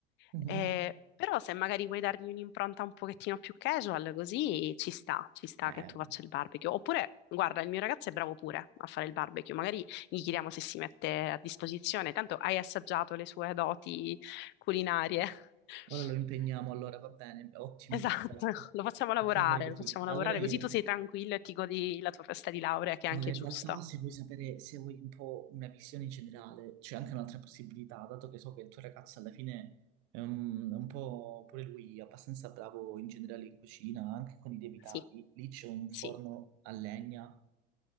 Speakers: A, on the right (about 50°); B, on the left (about 35°).
A: Mhm.
B: Eh, però se magari vuoi dargli un'impronta un pochettino più casual, così ci sta, ci sta
A: Bene.
B: che tu faccia il barbecue. Oppure, guarda, il mio ragazzo è bravo pure a fare il barbecue, magari gli chiediamo se si mette a disposizione, tanto hai assaggiato le sue doti culinarie. <laughs>
A: ora lo impegniamo, allora va bene, ottimo,
B: Esatto,
A: perfetto.
B: lo facciamo lavorare,
A: Possiamo fare così.
B: lo facciamo
A: Allora
B: lavorare
A: io.
B: così tu sei tranquillo e ti godi la tua festa di laurea, che è
A: Allora,
B: anche
A: in
B: giusta.
A: realtà se vuoi sapere, se vuoi un po' una visione in generale, c'è anche un'altra possibilità, dato che so che il tuo ragazzo alla fine è un, è un po' pure lui abbastanza bravo in generale in cucina, anche con i lievitati.
B: Sì,
A: Lì c'è un forno
B: sì.
A: a legna